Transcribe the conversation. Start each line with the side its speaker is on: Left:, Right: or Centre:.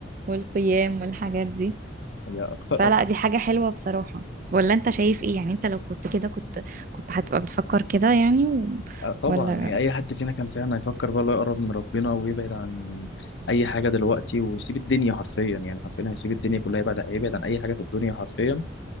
Right: والقيام والحاجات دي
Left: <laughs> هي اكتر
Right: فلا
Left: أكتر
Right: دي حاجة حلوة بصراحة ولا انت شايف ايه يعني انت لو كنت كده كنت كنت هتبقى بتفكر كده يعني و...
Left: طبعا
Right: ولا
Left: هي اي حد فينا كان فعلا هيفكر بقى اللي هو يقرب من ربنا ويبعد عن اي حاجة دلوقتي ويسيب الدنيا حرفيا يعني حرفيا هيسيب الدنيا كلها يبعد هيبعد عن اي حاجة في الدنيا حرفيا